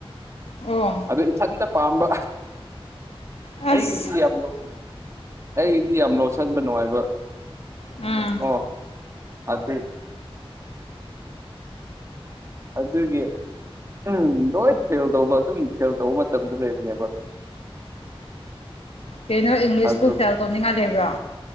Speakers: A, on the left; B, on the right.
A: ꯑꯣ
B: ꯑꯗꯣ ꯏꯊꯟꯗ ꯄꯥꯝꯕ
A: ꯑꯁ
B: ꯑꯩꯒꯤꯗꯤ ꯌꯥꯝ ꯑꯩꯒꯤꯗꯤ ꯌꯥꯝ ꯂꯣꯠꯁꯤꯟꯕ ꯅꯨꯡꯉꯥꯏꯕ
A: ꯎꯝ
B: ꯑꯣ ꯑꯗꯨꯗ ꯑꯗꯨꯒꯤ ꯎꯝ ꯂꯣꯏ ꯐꯦꯜ ꯇꯧꯕ ꯑꯗꯨꯝ ꯐꯦꯜ ꯇꯧꯕ ꯃꯇꯝꯗ ꯂꯩꯕꯅꯦꯕ
A: ꯀꯩꯅꯣ ꯏꯪꯂꯤꯁꯄꯨ
B: ꯑꯗꯨ
A: ꯐꯦꯜ ꯇꯧꯅꯤꯡꯉꯥꯏ ꯂꯩꯕ꯭ꯔꯣ